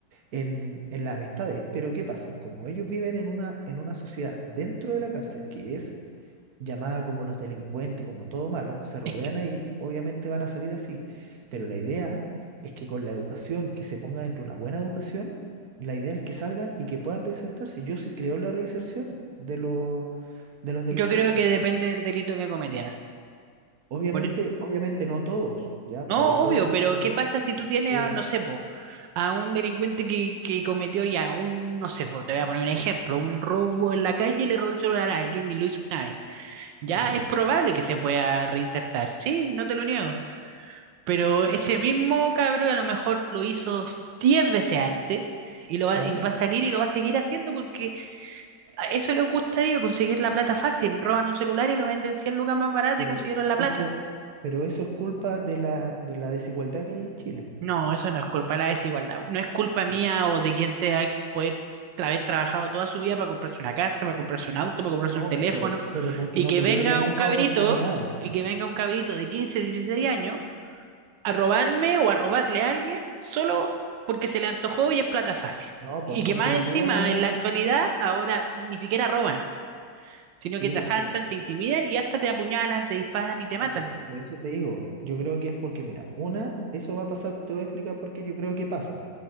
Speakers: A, on the right; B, on the right.
A: en, en las amistades. Pero ¿qué pasa? Como ellos viven en una, en una sociedad dentro de la cárcel, que es llamada como los delincuentes, como todo malo, se rodean
B: Es que
A: ahí, obviamente van a salir así. Pero la idea es que con la educación, que se ponga dentro una buena educación, la idea es que salgan y que puedan reinsertarse. Yo sí creo en la reinserción de los, de los delincuentes.
B: yo creo que depende del delito que cometieran.
A: Obviamente,
B: Por-
A: obviamente no todos, ¿ya?
B: No,
A: Por eso
B: obvio,
A: hay,
B: pero
A: hay
B: ¿qué
A: distintos
B: pasa si
A: tipos.
B: tú tienes
A: Pero,
B: a, no sé, po, a un delincuente que, que cometió ya un, no sé, po, te voy a poner un ejemplo, un robo en la calle y le robó el celular a alguien y lo hizo una vez? Ya
A: claro,
B: es probable que se pueda reinsertar, sí, no te lo niego. Pero
A: mm,
B: ese mismo cabrón a lo mejor lo hizo 10 veces antes y, lo va,
A: claro,
B: y va a salir y lo va a seguir haciendo porque a eso les gusta a ellos, conseguir la plata fácil. Roban un celular y lo venden 100 lucas más barato
A: pero
B: y consiguieron la
A: eso,
B: plata.
A: pero eso es culpa de la, de la desigualdad que hay en Chile.
B: No, eso no es culpa de la desigualdad. No es culpa mía
A: Sí.
B: o de quien sea poder tra- haber trabajado toda su vida para comprarse una casa, para comprarse un auto, para comprarse
A: No,
B: un teléfono,
A: pu- pero, pero porque
B: y
A: no
B: que
A: tuvieron
B: venga
A: las mismas
B: un cabrito,
A: oportunidades.
B: y que venga un cabrito de 15 16 años a robarme o a robarle a alguien solo porque se le antojó y es plata fácil.
A: No, pues
B: Y
A: porque
B: que más
A: no
B: encima,
A: tuvo la misma.
B: en la actualidad, ahora ni siquiera roban, sino
A: Sí,
B: que te
A: pues.
B: asaltan, te intimidan y hasta te apuñalan, te disparan y te
A: Sí,
B: matan.
A: pero por eso te digo, yo creo que es porque, mira, una, eso va a pasar, te voy a explicar por qué yo creo que pasa.